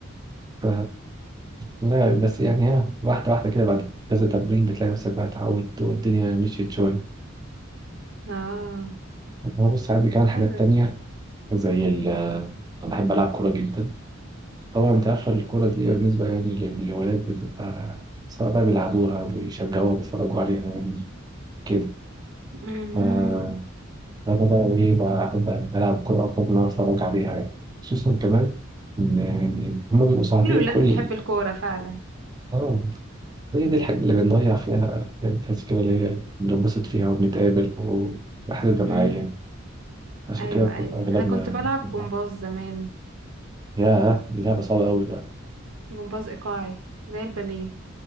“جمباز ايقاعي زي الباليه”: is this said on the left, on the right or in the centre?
Right